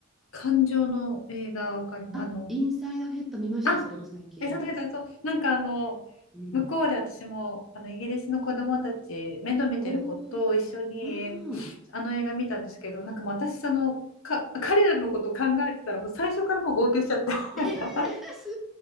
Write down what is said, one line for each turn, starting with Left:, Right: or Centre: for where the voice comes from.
Left: 感情の映画わかります。
Centre: あ、
Left: あの、
Centre: インサイドヘッド見ました、
Left: あ、
Centre: それも最近。
Left: え、そうそうそう。なんかあの、
Centre: うん。
Left: 向こうで私もあのイギリスの子供たち、面倒見てる子と一緒にえあの映画見たんですけど、
Centre: おー、うん。
Left: なんかもう私、その、か、彼らのこと考えてたら、もう最初からもう号泣しちゃって、
Centre: えー、
Left: なんか、
Centre: <laughs> す